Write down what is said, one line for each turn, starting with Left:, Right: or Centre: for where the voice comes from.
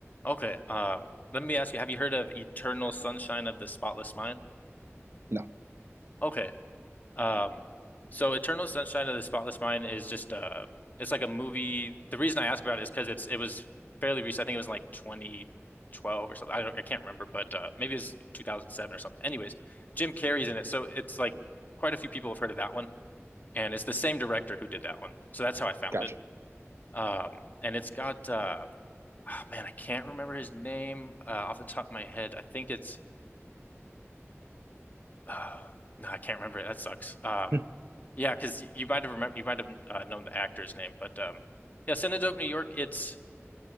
Left: Okay. Um, let me ask you, have you heard of Eternal Sunshine of the Spotless Mind?
Right: No.
Left: Okay. Um, so Eternal Sunshine of the Spotless Mind is just uh it's like a movie. The reason I ask about it is because it's it was fairly recent. I think it was in like 2012 or something. I don't, I can't remember, but uh maybe it's 2007 or something. Anyways, Jim Carrey's in it. So it's like quite a few people have heard of that one. And it's the same director who did that one. So that's how I found
Right: Gotcha.
Left: it. Um, and it's got uh oh, man, I can't remember his name uh, off the top of my head. I think it's Uh, no, I can't remember it. That sucks. Um,
Right: Hmm.
Left: yeah, because you might have remember you might have uh, known the actor's name, but um, yeah, Cinedope New York. It's